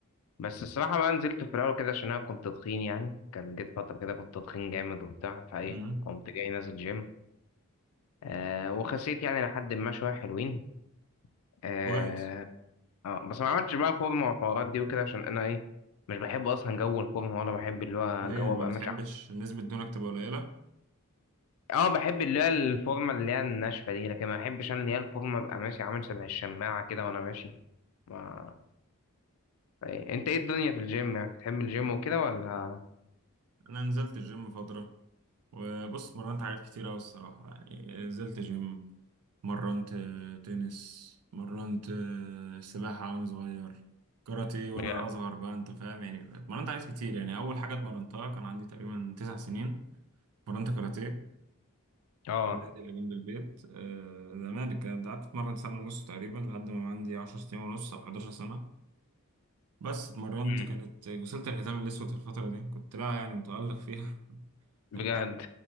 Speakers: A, on the left (about 70°); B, on the right (about 80°).
A: بس الصراحة بقى نزلت في الأول كده عشان أنا كنت تخين يعني كان جيت فترة كده كنت تخين جامد وبتاع فإيه
B: مم.
A: قمت جاي نازل جيم آه، وخسيت يعني لحد ما شوية حلوين آه،
B: كويس
A: آه، بس ما عملتش بقى فورمة والحوارات دي وكده عشان أنا إيه مش بحب أصلا جو الفورمة ولا بحب اللي هو
B: ليه
A: جو
B: ما
A: أبقى
B: بتحبش
A: ماشي
B: نسبة دهونك تبقى قليلة؟
A: اه بحب اللي هي الفورمه اللي هي الناشفه دي لكن ما بحبش انا اللي هي الفورمه ابقى ماشي عامل شبه الشماعه كده وانا ماشي ما إيه. انت ايه الدنيا في الجيم يعني بتحب الجيم وكده ولا
B: انا نزلت الجيم فترة وبص مرنت حاجات كتير اوي الصراحة يعني نزلت جيم مرنت آه، تنس مرنت آه، سباحة وانا صغير كاراتيه وانا
A: بجد
B: اصغر بقى انت فاهم يعني مرنت حاجات كتير يعني اول حاجة اتمرنتها كان عندي تقريبا تسع سنين مرنت كاراتيه
A: اه
B: في النادي اللي جنب البيت آه، زمان كان قعدت اتمرن سنة ونص تقريبا لحد ما عندي 10 سنين ونص او 11 سنة بس اتمرنت
A: امم
B: كانت وصلت الحزام الاسود في الفترة دي كنت لا يعني متألق فيها <laughs>
A: بجد
B: انت فاهم